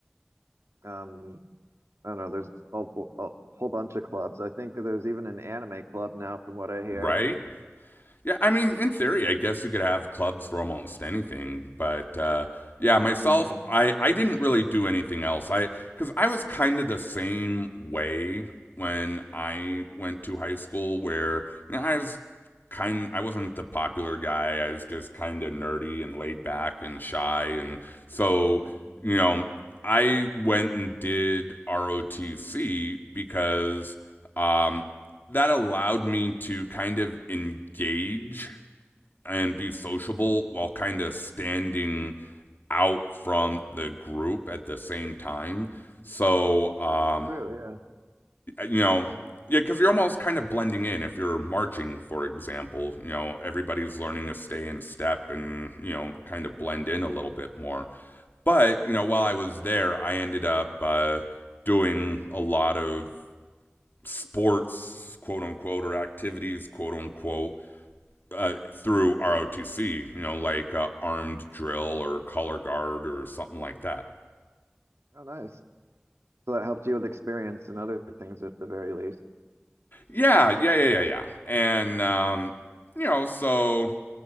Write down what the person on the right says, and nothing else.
um, I don't know. There's a, bu- a whole bunch of clubs. I think that there's even an anime club now, from what I hear.
hmm
hmm
True. Yeah.
Oh, nice. So that helped you with experience and other things at the very least.